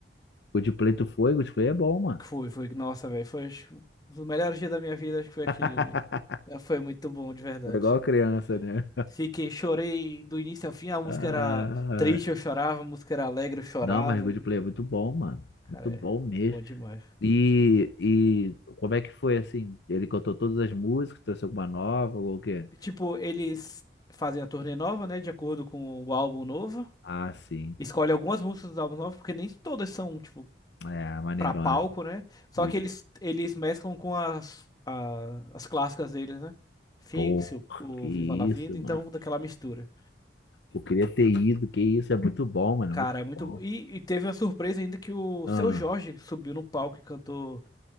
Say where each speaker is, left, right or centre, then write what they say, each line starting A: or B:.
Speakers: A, on the left (about 70°); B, on the left (about 20°).
A: Coldplay tu foi, Coldplay é bom, mano.
B: Que Foi, foi. Nossa, velho. Foi acho que, um dos melhores dias da minha vida, acho que foi aquele
A: <laughs>
B: ali. É, Foi muito bom, de verdade.
A: Foi igual criança, né?
B: Fiquei, chorei do início ao fim. A música
A: Ah,
B: era triste, eu chorava. A música era alegre, eu chorava.
A: não, mas Coldplay
B: e,
A: é muito bom, mano.
B: cara,
A: Muito bom
B: é
A: mesmo.
B: bom demais.
A: E, e como é que foi assim? Ele cantou todas as músicas, trouxe alguma nova ou o quê?
B: E, Tipo, eles fazem a turnê nova, né? De acordo com o álbum novo.
A: Ah, sim.
B: Escolhe algumas músicas dos álbuns novos, porque nem todas são, tipo,
A: É, maneirona.
B: pra palco, né? Só
A: Isso.
B: que eles, eles mesclam com as, a- as clássicas deles, né? Fix,
A: Pô,
B: o, o
A: que isso,
B: Viva La Vida, então
A: mano.
B: daquela mistura.
A: Eu queria ter ido, que isso, é muito bom, mano,
B: Cara,
A: é muito
B: é muito
A: bom.
B: bom. E, e teve uma surpresa ainda que o
A: Ah,
B: Seu Jorge subiu no palco e cantou